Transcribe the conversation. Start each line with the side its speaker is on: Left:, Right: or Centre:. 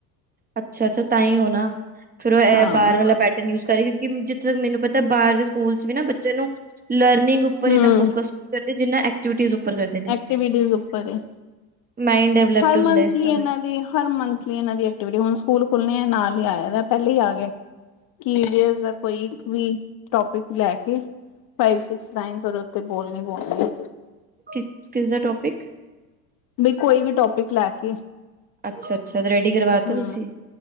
Right: ਅੱਛਾ ਅੱਛਾ ਤਾਂ ਹੀ ਉਹ ਨਾ, ਫਿਰ ਉਹ ਏਹ
Left: ਹਾਂ
Right: ਬਾਹਰ ਵਾਲਾ ਪੈਟਰਨ ਯੂਜ ਕਰੀ ਕਿ ਜਿੱਥੇ ਤੱਕ ਮੈਨੂੰ ਪਤਾ ਏ ਬਾਹਰ ਦੇ ਸਕੂਲ 'ਚ ਵੀ ਨਾ ਬੱਚੇ ਨੂੰ, ਲਰਨਿੰਗ ਉੱਪਰ
Left: ਹਮ
Right: ਇੰਨਾ ਫੋਕਸ ਨਹੀਂ ਕਰਦੇ। ਜਿਨ੍ਹਾਂ ਐਕਟੀਵਿਟੀਜ਼ ਉਪਰ ਕਰਦੇ ਨੇ।
Left: ਐਕਟੀਵਿਟੀਜ਼ ਉੱਪਰ ਹੈ
Right: ਮਾਇੰਡ ਡਿਵਲਪਡ
Left: ਹਰ
Right: ਹੁੰਦਾ
Left: ਮੰਥਲੀ
Right: ਇਸ ਤਰ੍ਹਾਂ
Left: ਇਹਨਾਂ
Right: ਬਚੇ
Left: ਦੀ ਹਰ ਮੰਥਲੀ ਇਹਨਾਂ ਦੀ ਐਕਟੀਵਿਟੀ, ਹੁਣ ਸਕੂਲ ਖੁੱਲ੍ਹਣੇ ਹੈ ਨਾਲ ਹੀ ਆਇਆ ਪਹਿਲੇ ਹੀ ਆ ਗਏ ਕੀ ਦਾ ਕੋਈ ਇੱਕ ਵੀ ਟੋਪਿਕ ਲੈ ਕੇ <unintelligible> ਫਾਈਵ, ਸਿਕਸ, ਨਾਈਨ ਉਹਦੇ ਉੱਤੇ ਬੋਲਣੀ ਹੀ ਬੋਲਣੀ ਐ।
Right: ਕਿਸ, ਕਿਸ ਦਾ ਟੋਪਿਕ?
Left: ਵੀ ਕੋਈ ਵੀ ਟੋਪਿਕ ਲੈ ਕੇ
Right: ਅੱਛਾ ਅੱਛਾ, ਰੈਡੀ ਕਰਵਾਤਾ
Left: ਹੂੰ
Right: ਤੁਸੀਂ?